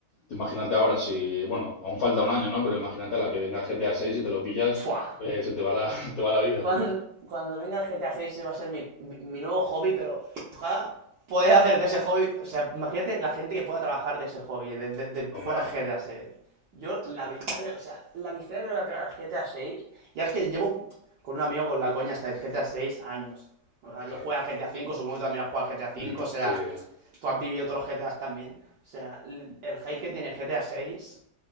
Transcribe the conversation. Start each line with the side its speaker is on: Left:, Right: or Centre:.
Left: tú imagínate ahora si, bueno, aún falta un año, ¿no? Pero imagínate a la que venga el G T a 6 y te lo pillas,
Right: Fua.
Left: eh, se te va la, <laughs> te va la vida,
Right: Cuando,
Left: ¿sabes?
Right: cuando venga el GTA 6 ese va a ser mi, mi- mi nuevo hobby, pero ojalá poder hacer de ese hobby. O sea, imagínate la gente que pueda trabajar de ese hobby, de, de- de
Left: No
Right: jugar
Left: me,
Right: al GTA seis. Yo, la
Left: no,
Right: victoria, o sea, la victoria que le voy a pegar al GTA seis. ya es que llevo con un amigo con la coña hasta el GTA seis años. O sea,
Left: claro,
Right: yo jugué al GTA cinco, supongo que tú también has jugado al GTA cinco.
Left: Mm,
Right: o sea,
Left: sí.
Right: tú has vivido todos los GTAs también. O sea, el hype que tiene GTA seis.